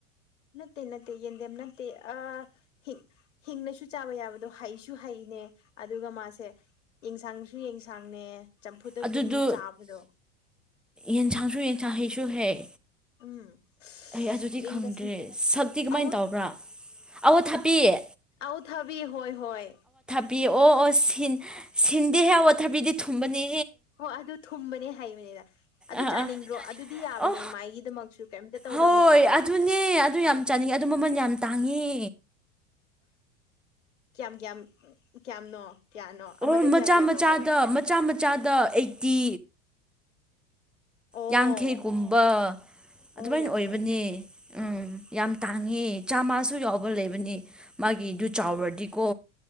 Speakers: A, on the left (about 80°); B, in the centre.
A: ꯅꯠꯇꯦ ꯅꯠꯇꯦ ꯌꯦꯟꯗꯦꯝ ꯅꯠꯇꯦ ꯑ ꯍꯤꯡ ꯍꯤꯡꯅꯁꯨ ꯆꯥꯕ ꯌꯥꯕꯗꯣ ꯍꯥꯏꯩꯁꯨ ꯍꯩ ꯅꯦ ꯑꯗꯨꯒ ꯃꯥꯁꯦ ꯌꯦꯟꯁꯥꯡꯁꯨ ꯌꯦꯟꯁꯥꯡꯅꯦ ꯆꯝꯐꯨꯠꯇ
B: ꯑꯗꯨꯗꯣ
A: ꯑꯗꯨꯝ ꯆꯥꯕꯗꯣ
B: ꯌꯦꯟꯁꯥꯡꯁꯨ ꯌꯦꯟꯁꯥꯡ ꯍꯩꯁꯨ ꯍꯩ
A: ꯎꯝ
B: ꯑꯩ ꯑꯗꯨꯗꯤ
A: ꯃꯤꯡꯒꯁꯦ
B: ꯈꯪꯗ꯭ꯔꯦ ꯁꯛꯇꯤ ꯀꯃꯥꯏꯅ
A: ꯑꯧ
B: ꯇꯕ꯭ꯔꯥ ꯑꯋ ꯊꯥꯄꯤꯌꯦ
A: ꯑ ꯊꯕꯤ ꯍꯣꯏ ꯍꯣꯏ
B: ꯊꯕꯤ ꯑꯣ ꯑꯣ ꯁꯤꯟ ꯁꯤꯟꯗꯤ ꯍꯦꯛ ꯋꯥ ꯊꯥꯕꯤꯗꯤ ꯊꯨꯝꯕꯅꯤ
A: ꯍꯣ ꯑꯗꯨ ꯊꯨꯝꯕꯅꯦ ꯍꯩꯕꯅꯤꯅ ꯑꯗꯨ
B: ꯑꯥ
A: ꯆꯥꯅꯤꯡꯗ꯭ꯔꯣ
B: ꯑꯥ
A: ꯑꯗꯨꯗꯤ ꯌꯥꯕꯅꯦ
B: ꯑꯣ
A: ꯃꯥꯏꯒꯤꯗꯃꯛꯁꯨ ꯀꯩꯝꯇ ꯇꯧꯗꯕꯅꯦ
B: ꯍꯣꯏ
A: ꯑꯗꯨꯗꯤ
B: ꯑꯗꯨꯅꯦ ꯑꯗꯨ ꯌꯥꯝ ꯑꯗꯨ ꯃꯃꯜ ꯌꯥꯝ ꯇꯥꯡꯉꯤ
A: ꯀꯌꯥꯝ ꯀꯌꯥꯝ ꯀꯌꯥꯝꯅꯣ ꯀꯌꯥꯅꯣ ꯑꯃꯗ
B: ꯑꯣ ꯃꯆꯥ
A: ꯀꯌꯥ ꯀꯌꯥ
B: ꯃꯆꯥꯗ
A: ꯇꯧꯒꯦ
B: ꯃꯆꯥ ꯃꯆꯥꯗ ꯑꯩꯠꯇꯤ
A: ꯑꯣ
B: ꯌꯥꯡꯈꯩꯒꯨꯝꯕ
A: ꯑꯣ
B: ꯑꯗꯨꯃꯥꯏꯅ
A: ꯌꯥꯡꯈꯩ
B: ꯑꯣꯏꯕꯅꯤ ꯎꯝ ꯌꯥꯝ ꯇꯥꯡꯉꯦ ꯆꯥꯃꯁꯨ ꯌꯥꯎꯕ ꯂꯩꯕꯅꯤ ꯃꯥꯒꯤꯗꯨ ꯆꯥꯎꯔꯗꯤꯀꯣ